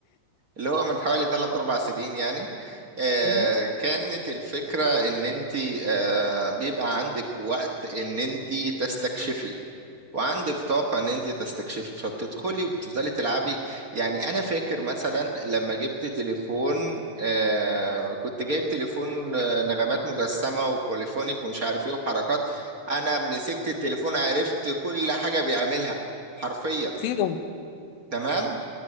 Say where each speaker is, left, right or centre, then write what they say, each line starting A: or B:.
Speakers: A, on the right; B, on the left.
A: اللي هو من حوالي ثلاث اربع سنين يعني آه،
B: <laughs> مم.
A: كانت الفكرة ان انت آه، بيبقى عندك وقت ان انت تستكشفي وعندك طاقة ان انت تستكشفي فبتدخلي وبتفضلي تلعبي يعني انا فاكر مثلا لما جبت تليفون آه كنت جايب تليفون آه نغمات مجسمة وبوليفونيك ومش عارف ايه وحركات انا مسكت التليفون عرفت كل حاجة بيعملها حرفيا
B: فيهم
A: تمام